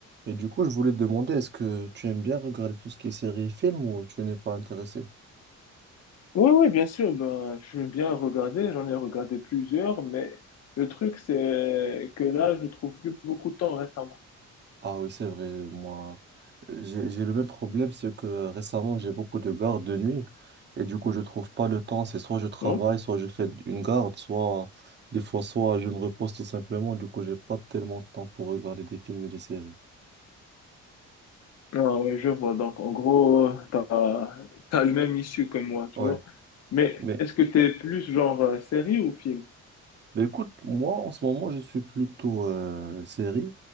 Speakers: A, on the right; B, on the left.
A: Et du coup, je voulais te demander, est-ce que tu aimes bien regarder tout ce qui est séries et films ou tu n'es pas intéressé?
B: Oui, oui, bien sûr, ben, j'aime bien regarder, j'en ai regardé plusieurs, mais le truc, c'est que là, je trouve plus beaucoup de temps récemment.
A: Ah oui, c'est vrai, moi, j'ai, j'ai le même problème, c'est que récemment, j'ai beaucoup de gardes de nuit et du coup, je trouve pas le temps. C'est soit je travaille,
B: Non?
A: soit je fais une garde, soit des fois, soit je me repose tout simplement. Du coup, j'ai pas tellement de temps pour regarder des films et des séries.
B: Ah oui, je vois. Donc, en gros, euh, t'as, t'as le même issue que moi, tu
A: Ouais,
B: vois. Mais
A: mais
B: est-ce que t'es plus genre euh, série ou film?
A: Mais écoute, moi, en ce moment, je suis plutôt euh, série,